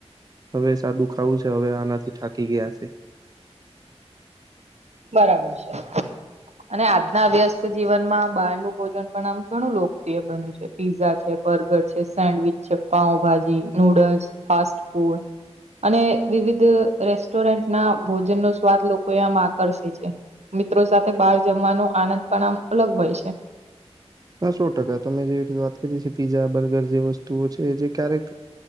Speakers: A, on the right; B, on the right.
A: હવે સાદું ખાવું છે હવે આનાથી થાકી ગયા છે.
B: બરાબર છે. અને આજના વ્યસ્ત જીવનમાં બારનું ભોજન પણ આમ ઘણું લોકપ્રિય બન્યું છે. પીઝા છે બર્ગર છે સેન્ડવીચ છે પાઉભાજી નુડલ્સ ફાસ્ટ ફૂડ અને વિવિધ રેસ્ટોરન્ટના ભોજન નો સ્વાદ લોકો આમ આકર્શે છે મિત્રો સાથે બહાર જમવાનો આનંદ પણ આમ અલગ હોય છે.
A: હ સો ટકા તમે જેવી રીતે વાત કરી છી પીઝા બર્ગર જે વસ્તુઓ છે જે ક્યારેક